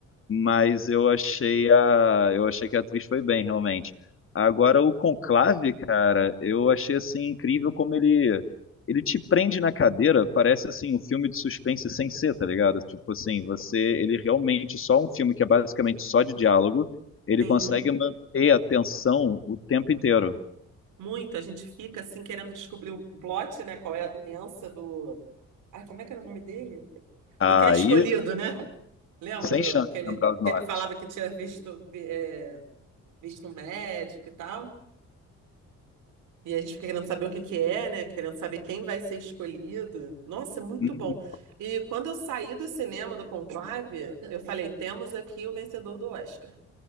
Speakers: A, on the left (about 45°); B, on the right (about 80°).
A: mas eu achei a eu achei que a atriz foi bem realmente. Agora o Conclave, cara, eu achei assim incrível como ele ele te prende na cadeira, parece assim um filme de suspense sem ser, tá ligado? Tipo assim, você ele realmente só um filme que é basicamente só de diálogo, ele
B: Sim.
A: consegue manter a tensão o tempo inteiro.
B: Muito, a gente fica assim querendo descobrir o plot, né? Qual é a doença do. Ai, como é que era o nome dele?
A: Aí,
B: Do que é escolhido, né? Lembra
A: sem chance
B: do que
A: de
B: ele,
A: lembrar os
B: que
A: nomes.
B: ele falava que tinha visto, vi- é, visto um médico e tal? E a gente fica querendo saber o que que é, né? Querendo saber quem vai ser escolhido. Nossa, é muito
A: Uhum.
B: bom. E quando eu saí do cinema do Conclave, eu falei: temos aqui o vencedor do Oscar.